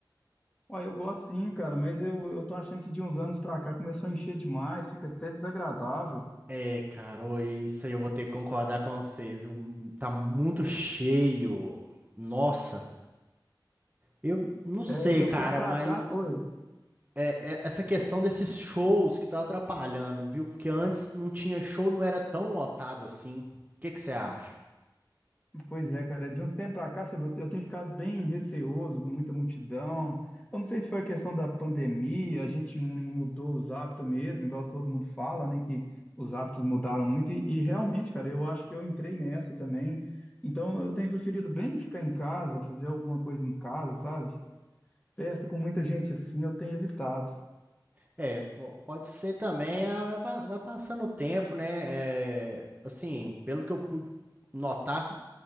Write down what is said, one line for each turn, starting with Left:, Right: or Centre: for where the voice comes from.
Left: Uai, eu gosto sim, cara, mas eu, eu tô achando que de uns anos pra cá começou a encher demais, fica até desagradável.
Right: É, cara, ô, isso aí eu vou ter que concordar com você, viu? Tá muito cheio. Nossa, eu não sei,
Left: É, de
Right: cara,
Left: um tempo pra
Right: mas
Left: cá. Oi.
Right: é- é- essa questão desses shows que tá atrapalhando, viu? Porque antes não tinha show, não era tão lotado assim. O que que você acha?
Left: Pois é, cara, de uns tempos pra cá, sabe, eu eu tenho ficado bem receoso com muita multidão. Eu não sei se foi a questão da pandemia, a gente mudou os hábitos mesmo, igual todo mundo fala, né, que os hábitos mudaram muito e, e realmente, cara, eu acho que eu entrei nessa também. Então, eu tenho preferido bem ficar em casa, fazer alguma coisa em casa, sabe? Festa com muita gente assim, eu tenho evitado.
Right: É, po- pode ser também, ah, vai pa- vai passando o tempo, né? É, assim, pelo que eu pude notar